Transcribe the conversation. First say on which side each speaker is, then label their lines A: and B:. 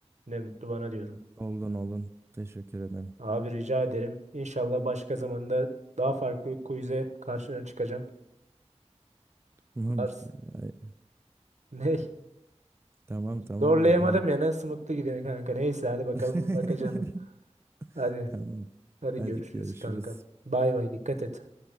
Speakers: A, on the right; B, on the right.
A: ne mutlu bana diyorum.
B: Oldun olun. Teşekkür ederim.
A: Abi rica ederim. İnşallah başka zamanda daha farklı bir quiz'e karşına çıkacağım.
B: Tamam
A: Vars.
B: Ay,
A: <laughs> Ne?
B: tamam tamam
A: Zorlayamadım
B: dedim.
A: ya. Nasıl mutlu gidiyorsun kanka? Neyse hadi bakalım
B: <laughs>
A: bakacağım ben. Hadi.
B: Tamam.
A: Hadi
B: Hadi
A: görüşürüz
B: görüşürüz.
A: kankam. Bay bay dikkat et.